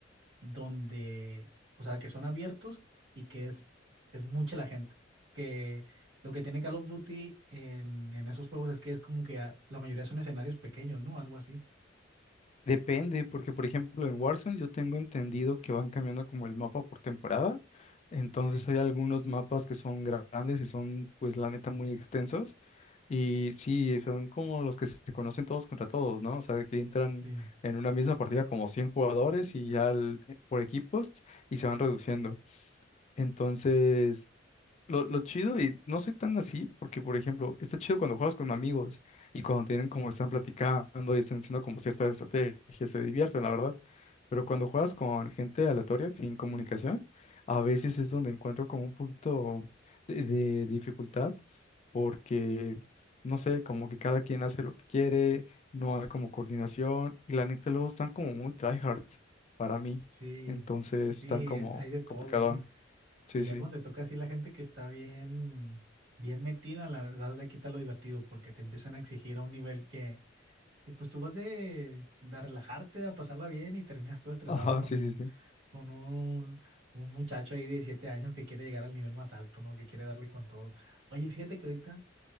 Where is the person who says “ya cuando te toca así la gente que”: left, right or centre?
Right